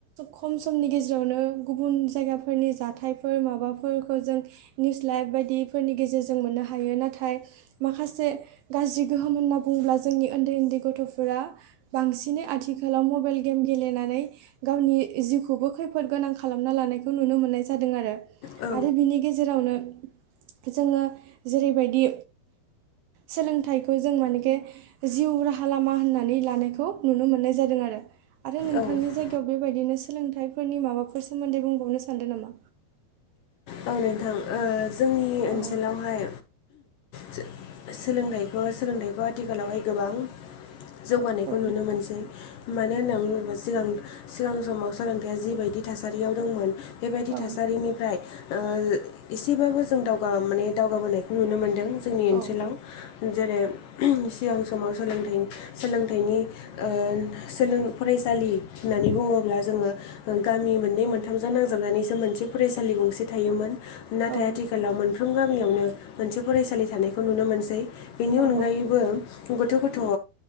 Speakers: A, on the right; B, on the left.
A: खम समनि गेजेरावनो गुबुन जायगाफोरनि जाथायफोर माबाफोरखौ जों निउस लाइभ बायदिफोरनि गेजेर मोननो हायो नाथाइ माखासे गाज्रि गोहोम होनना बुङोब्ला जोंनि ओन्दै ओन्दै गथ'फोरा बांसिनै आथिखालाव मबाइल गेम गेलेनानै गावनि जिउखौबो खो खैफोद गोनां खालामना लानायखौ नुनो मोन्नाय जादों आरो
B: औ
A: आरो बिनि गेजेरावनो जोङो जेरैबायदि सोलोंथाइखौ जों मानेके जिउ राहा राहा लामा होननानै लानायखौ नुनो मोननाय जादों आरो आरो नोंथांनि
B: औ
A: जायगायाव बेबायदिनो स सोलोंथाइफोरनि माबाफोर सोमोन्दै बुंबावनो सान्दों नामा?
B: औ नोंथां ओ जोंनि ओनसोलावहाय
A: औ
B: सो-सोलोंथाइखौ सोलोंथाइखौ आथिखालावहाय गोबां जौगानायखौ
A: औ
B: नुनो मोनसै मानो होननानै बुङोब्ला सिगां सिगां समाव सोलोंथाइया जिबायदि थासारियाव दंमोन बेबायदि
A: औ
B: थासारिनिफ्राय ओ एसेबाबो जों दावगा माने दावगाबोनायखौ नुनो मोनदों जोंनि ओनसोलाव।
A: औ
B: जेरै सिगां समाव सोलोंथाइनि सोलोंथायनि ओ सोलों फराय सालि होननानै बुङोब्ला जोङो गामि मोननै मोनथामजों नांजाबनानैसो मोनसे फरायसालि गंसे थायोमोन नाथाय
A: औ
B: आथिखालाव मोनफ्रो <unintelligible> गामियावनो मोनसे फरायसालि थानायखौ नुनो मोनसै बेनि
A: औ
B: अनगायैबो
A: औ
B: गथ' गथ' ओ